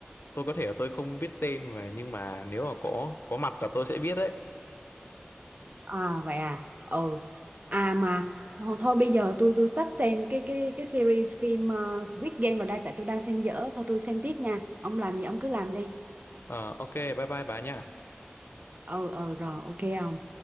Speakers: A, on the left; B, on the right.
A: tôi có thể là tôi không biết tên mà nhưng mà nếu mà có có mặt là tôi sẽ biết đấy
B: À vậy à. Ừ. À mà thôi, thôi bây giờ tôi tôi sắp xem cái cái cái series phim ờ, Squid Game rồi đây tại tôi đang xem dở thôi tôi xem tiếp nha. Ông làm gì ông cứ làm đi.
A: Ờ, ok bye bye bà nha
B: Ừ ừ rồi ok ông.